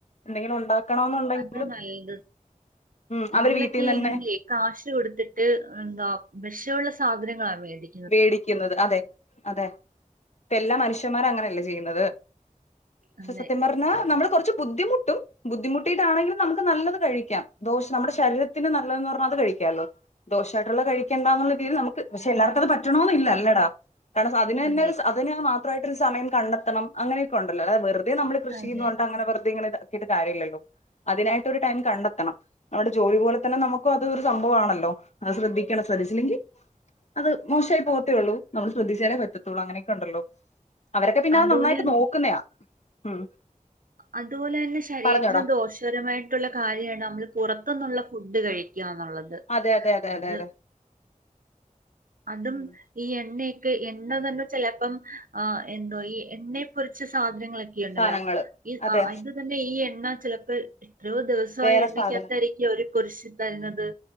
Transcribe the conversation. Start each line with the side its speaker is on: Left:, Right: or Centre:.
Left: എന്തെങ്കിലും ഉണ്ടാ ക്കണം ഉണ്ടെങ്കിലും
Right: അതാ നല്ലത്
Left: ഉം
Right: നമ്മളൊക്കെ
Left: അവര് വീട്ടിന്നന്നെ
Right: ആണെങ്കിലേ കാശ് കൊടുത്തിട്ട് എന്താ വെശൊള്ള സാധനങ്ങളാ വേടി
Left: വേടിക്കുന്നത് അതെ അതെ പ്പേ എല്ലാ മനുഷ്യന്മാരങ്ങനെയല്ലേ ചെയ്യുന്നത്.
Right: അതെ
Left: ക്ഷെ സത്യം പറഞ്ഞാൽ നമ്മള് കുറച്ച് ബുദ്ധിമുട് ട്ടും ബുദ്ധിമുട്ടിട്ടാണെങ്കിലും നമുക്ക് നല്ലത് കഴിക്കാം ദോഷ നമ്മുടെ ശരീരത്തിന് നല്ലതെന്ന് പറഞ്ഞാണ്ട് അത് കഴിക്കാല്ലോ. ദോഷയിട്ടുള്ളത് കഴിക്കേണ്ടന്നുള്ള രീതി നമക്ക് പക്ഷെ എല്ലാർ പറ്റുണൂന്നില്ല ല്ലടാ കാരണം അതിനന്നേ
Right: അതെ
Left: <unintelligible> അതിന് മാത്രമായിട്ട് ഒരു സമയം കണ്ടെത്തണം അങ്ങനെയൊക്കെണ്ടല്ലോ അല്ലാതെ വെറ്തെ നമ്മള് കൃഷിന്ന്
Right: അതെ
Left: പറഞ്ഞ്ട്ടങ്ങനെ വെറ്തെ ഇങ്ങനെ കീട്ട് കാര്യമില്ലല്ലോ അതിനായിട്ട് ഒരു ടൈം കണ്ടെത്തണം. അവരുടെ ജോലി പോലെ തന്നെ നമുക്കു അത് ഒരു സംഭവമാണല്ലോ അത് ശ്രദ്ധിക്കണം ശ്രദ്ധിച്ചില്ലെങ്കി അത് മോശായി പോകത്തേ ഒള്ളൂ നമ്മള് ശ്രദ്ധിച്ചാലേ പറ്റത്തുള്ളൂ അങ്ങനെയൊക്കെ ഉണ്ടല്ലോ. അവരൊക്കെ പിന്നെ
Right: അതുപോലെ
Left: അത്‌ നന്നായിട്ട് നോക്കുന്നയാ ഉം.
Right: അതുപോലെന്നെ ശരീരത്തിന്
Left: പറഞ്ഞോടാ
Right: ദോഷ പരമായിട്ടുള്ള കാര്യമാണ് നമ്മള് പുറത്തു നിന്നുള്ള ഫുഡ് കഴിക്യാ എന്നുള്ളത്.
Left: അതെ അതെ അതെ
Right: അത്
Left: അതെ അതെ.
Right: അതും
Left: ഉം
Right: ഈ എണ്ണയൊക്കെ എണ്ണ തന്നെ ചെലെപ്പം ആ എന്തോ ഈ എണ്ണയെപൊരിച്ച സാധനങ്ങള ണ്ടല്ലോ
Left: സാനങ്ങള്
Right: ഇ
Left: അതെ
Right: ആ അത് തന്നെ ഈ എണ്ണ ചിലപ്പോ എത്രയോ ദിവസ
Left: വേറെ
Right: ആ എണ്ണയ്ക്കകത്തായിരിക്കും
Left: സാധനം
Right: അവര് കൊരിശി തരുന്നത്.